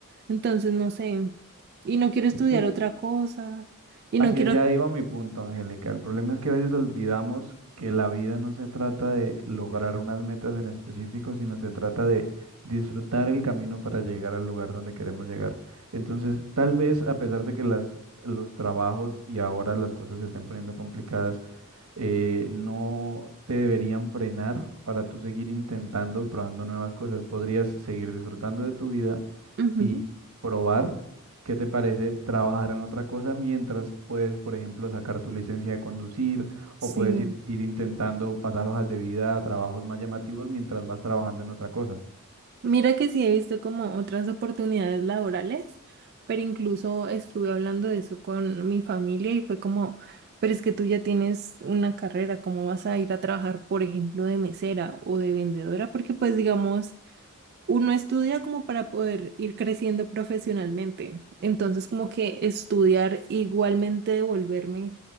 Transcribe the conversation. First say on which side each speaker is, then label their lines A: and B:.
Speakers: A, on the right; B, on the right.
A: Entonces, no sé, y no quiero estudiar
B: Es que
A: otra cosa, y
B: Hacia
A: no quiero...
B: allá iba mi punto, Angélica. El problema es que a veces olvidamos que la vida no se trata de lograr unas metas en específico, sino se trata de disfrutar el camino para llegar al lugar donde queremos llegar. Entonces, tal vez a pesar de que las, los trabajos y ahora las cosas se estén poniendo complicadas, eh, no te deberían frenar para tú seguir intentando y probando nuevas cosas. Podrías seguir disfrutando de tu vida
A: Ujú,
B: y probar qué te parece trabajar en otra cosa mientras puedes, por ejemplo, sacar tu licencia de conducir
A: Sí.
B: o puedes ir, ir intentando pasar hojas de vida a trabajos más llamativos mientras vas trabajando en otra cosa.
A: Mira que sí he visto como otras oportunidades laborales, pero incluso estuve hablando de eso con mi familia y fue como, pero es que tú ya tienes una carrera, ¿cómo vas a ir a trabajar, por ejemplo, de mesera o de vendedora? Porque pues digamos uno estudia como para poder ir creciendo profesionalmente. Entonces, como que estudiar igualmente devolverme